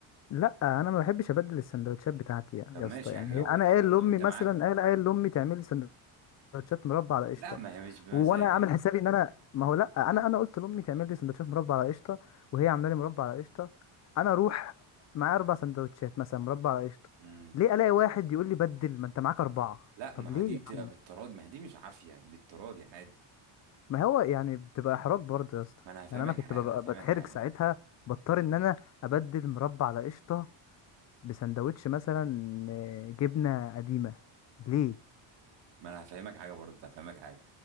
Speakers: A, on the left; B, on the right.
A: لا انا ما بحبش ابدل السندوتشات بتاعتي يا
B: طب
A: يا
B: ماشي
A: اسطى يعني
B: يعني لو
A: هي- انا
B: اتحط
A: قايل
B: لو
A: لامي
B: انت
A: مثلا
B: معاك
A: قايل قايل لامي تعملي لي سندوتشات مربى على قشطه
B: لا ما هي مش بمزاجك
A: وانا عامل حسابي ان انا ما هو لا انا انا قلت لامي تعمل لي سندوتشات مربى على قشطه وهي عامله لي مربى على قشطه انا اروح معايا اربع سندوتشات مثلا مربى على قشطه
B: امم
A: ليه الاقي واحد يقول لي بدل ما انت معاك اربعه
B: لا
A: طب
B: ما
A: ليه
B: هي دي
A: يا
B: بتبقى
A: عم
B: بالتراضي ما هي دي مش عافيه دي بالتراضي عادي
A: ما هو يعني بتبقى احراج برضه يا اسطى
B: ما انا هفهمك
A: يعني انا كنت
B: حاجه
A: ببقى
B: هفهمك
A: بتحرج
B: حاجه
A: ساعتها بضطر ان انا ابدل مربى على قشطه بسندوتش مثلا آه، جبنة قديمة ليه
B: ما انا هفهمك حاجه برضه هفهمك حاجه